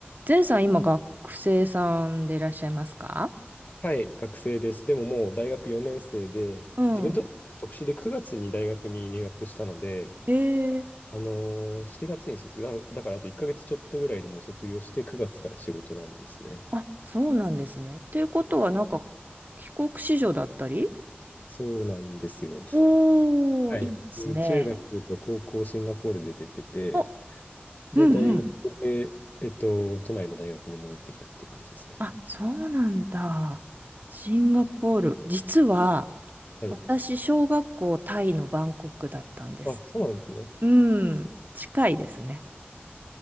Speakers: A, on the right (about 45°); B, on the left (about 45°).
A: ゼンさん、今学生さんでいらっしゃいますか
B: はい、学生です。でももう大学4年生で、
A: うん。
B: 自分にとってちょっと特殊で9月に大学に入学したので、
A: ええ
B: あのー7月に卒業、だだからあと1ヶ月ちょっとぐらいでもう卒業して9月から仕事なんですね。
A: あ、そうなんですね。ということは、なんか、帰国子女だったり
B: そうなんですよ。
A: おー、
B: はい、
A: いいですね。
B: 僕中学と高校シンガポールで出てて、
A: お、
B: で、
A: うんうん。
B: 大学で、えっと、都内の大学に戻ってきたっていう感じですね。
A: あ、そうなんだ。シンガポール。実は、
B: はい。
A: 私、小学校タイのバンコクだったんです。
B: あ、そうなんですね。
A: うん、近いですね。